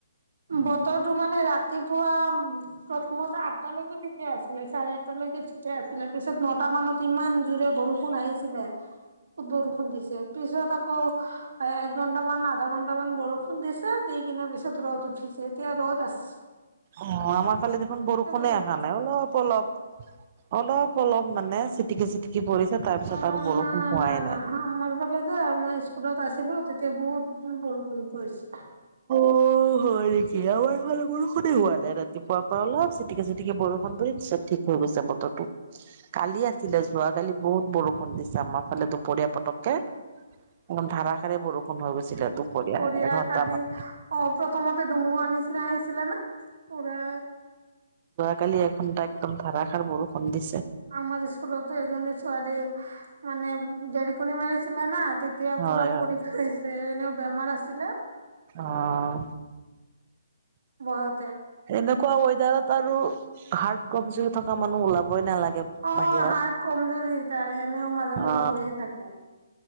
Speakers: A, on the right; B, on the right.
A: বতৰটো মানে ৰাতিপুৱা প্ৰথমতে আঠটালৈকে ঠিকে আছে। চাৰে আটালৈকে ঠিকে আছিলে পিছত নটা মানত ইমান জোৰে বৰষুণ আহিছিলে বৰষুণ দিছে পিছত আকৌ। একঘন্টামান আধা ঘন্টামান বৰষুণ দিছে দি কিনে পিছত ৰ'দ উঠ ছিছেতিয়া ৰ'ত আছ
B: অ আমাৰ ফালে দেখোন বৰষুণে
A: বতৰটো
B: অহা নাই অলপ অলপ। অলপ অলপ মানে চিটিকি চিটিকি পৰিছে। তাৰ পিছত
A: অ
B: আৰু বৰষুণ
A: না
B: হোৱাই
A: না
B: নাই।
A: না আমাৰ ফালে যে মই স্কুলত আছিলো তেতিয়া বহুত বৰষুণ। পৰিছে।
B: অ হয় নেকি আমাৰ এইফালে বৰষুণে হোৱা নাই ৰাতিপুৱাৰ পৰা অলপ চিটিকি চিটিকি বৰ। <unintelligible> চব ঠিক হৈ গৈছে বতৰ। কালি আছিলে যোৱাকালি বহুত বৰষুণ দিছে আমাৰ ফালে দুপৰীয়া পতককে। একদম ধাৰষাৰে বৰষুণ হৈ গৈছিলে দুপৰীয়া।
A: <unintelligible>
B: এঘন্টামান
A: আদি অ প্ৰথমতে ধুমুহাৰ নিচিনা আহিছিলে না। অৰা
B: কালি এঘন্টা একদম ধাৰাষাৰ বৰষণ দি
A: আমাৰ স্ককুতো এজনি ছোৱালি মানে দেৰিকণী মাৰিছিলে না তেতিয়া
B: হয়
A: পুৰা
B: হয়
A: পৰীক্ষা হৈছে এ বেমাৰ আছিলে
B: আহ
A: বহত
B: এনেকুৱা ৱেডাৰত আৰু হাৰ্ড কমজৰি থকা মানুহ ওলাবই নালাগে।
A: অ
B: বাহিৰত
A: হাৰ্ট কমজৰি ত এনেও মাজে মাজে
B: অ
A: হৈয়ে থাকে